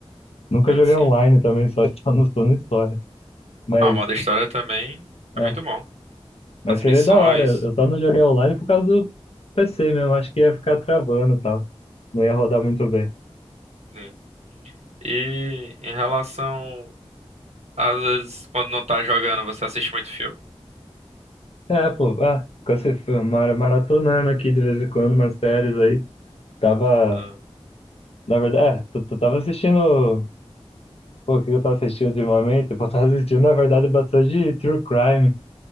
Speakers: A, on the left (about 65°); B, on the right (about 85°).
A: Nunca
B: assim.
A: joguei online também, só, <laughs> só no, só no história. Mas,
B: Ah, o modo história também
A: é.
B: é muito bom.
A: Mas
B: As
A: seria
B: missões.
A: da hora. Eu eu só não joguei online por causa do PC mesmo. Acho que ia ficar travando e tal. Não ia rodar muito bem.
B: Sim. E em relação, às vezes, quando não tá jogando, você assiste muito filme?
A: É, pô. Ah, ficou se foi mara- maratonando aqui de vez em quando umas séries aí. Tava.
B: Ah,
A: Na verdade, é, tu, tu tava assistindo. Pô, o que eu tava assistindo ultimamente? Pô, Eu tava assistindo, na verdade, bastante true crime,